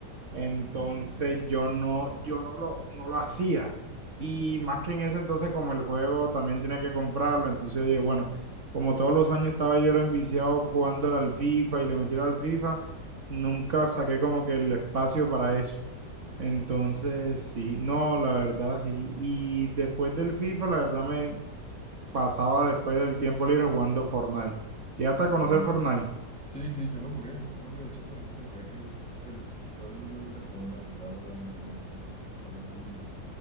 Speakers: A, on the right; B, in the centre.
A: Entonces
B: sí, sí, sí.
A: yo no yo no lo no lo hacía y más que en ese entonces como el juego también tenía que comprarlo, entonces yo dije, bueno, como todos los años estaba yo era enviciado jugando al FIFA y le metiera al FIFA, nunca saqué como que el espacio para eso. Entonces, sí, no, la verdad, sí. Y después del FIFA, la verdad me pasaba después del tiempo libre jugando Fortnite. ¿Llegaste a conocer
B: Fortnite.
A: Fortnite?
B: Sí, sí, yo lo jugué, yo lo jugué, de hecho, por eso te decía que, pues, es- todos esos juegos de Fortnite, Valorant o, o Call of Duty